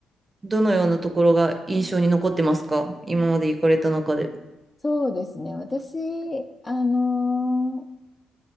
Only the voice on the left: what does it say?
そうですね。私、あのー